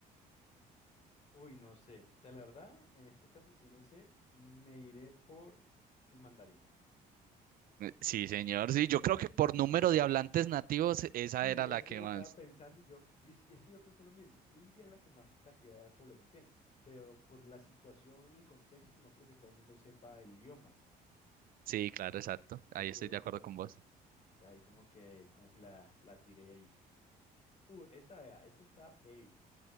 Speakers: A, on the left; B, on the right.
A: Uy, no sé. O sea, la verdad, en este caso, sí, no sé, me iré por el mandarín.
B: Eh, Sí, señor. Sí, yo creo que por
A: <laughs>
B: número de hablantes nativos, esa
A: Sí,
B: era
A: es
B: la que
A: que lo
B: más.
A: estaba pensando y yo, yo- y es que yo pensé lo mismo. India es la que más cantidad de población tiene, pero por la situación, el contexto, no creo que todo el mundo sepa el idioma.
B: Sí, claro, exacto. Ahí
A: Entonces,
B: estoy de acuerdo
A: como
B: con
A: que,
B: vos.
A: de ahí como que, como que la, la tiré ahí. Uh, esta, vea, esta está heavy.